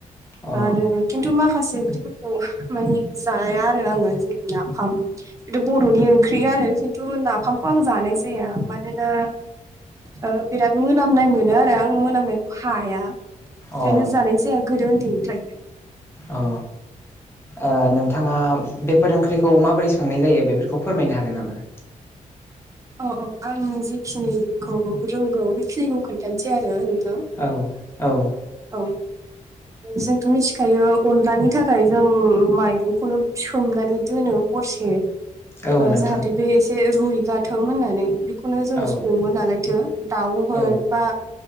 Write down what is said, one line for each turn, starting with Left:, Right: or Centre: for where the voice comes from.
Left: अ औ
Right: आरो खिन्थु माखासे ओंख्रिफोरखौ माने जाया आरो आङो जेरै नाफाम खिन्थु बर नि ओंख्रिआरो खिन्थु नाफामखौ आं जानाय जाया मानोना ओ बिराद मोनामनाय मोनो आरो आं मोनामनाय हाया ओंखायनो
Left: अ
Right: जानाय जाया गोदो उन्दैनिफ्रायनो
Left: अ ओ नोंथाङा बेफोर ओंख्रिखौ माबोरै संनाय जायो बेफोरखौ फोरमायनो हागोन नामा?
Right: औ औ आं जेखिनिखौ रोंगौ बेखिनिखौ खोन्थानोासै आरो नोंथां।
Left: औ औ
Right: औ जोंथ' मिथिखायो अनलानि थाखाय जों माइरंखौनो सोमनानै दोनो। हरसे
Left: औ नोंथां
Right: जाहाथे बे एसे रुइ गाथों होननानै। खौनो जों
Left: औ
Right: संङो नालायथो दाउ होन
Left: औ
Right: बा